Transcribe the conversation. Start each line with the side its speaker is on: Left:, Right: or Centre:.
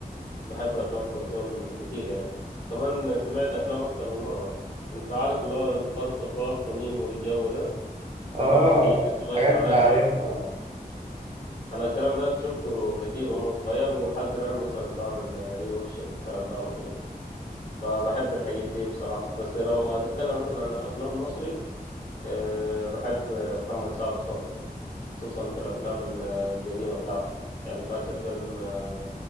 Left: بحب افلام كرتون كتير يعني كمان سمعت افلام اكتر من مره انت عارف اللي هو الفار الطباخ ونيمو والجو ده
Right: اه
Left: انا الحاجات دي اتفرجت
Right: حاجات
Left: عليها
Right: ده عارفها
Left: انا الكلام ده شفته كتير وانا صغير ولحد الان مثلا بعمل ري واتش الكلام ده على طول فبحب الحاجات دي بصراحة بس لو هتتكلم مثلا عن أفلام مصري أه بحب محمد سعد خالص خصوصا في الأفلام ال- القديمة بتاعته يعني فاكر فيلم آه،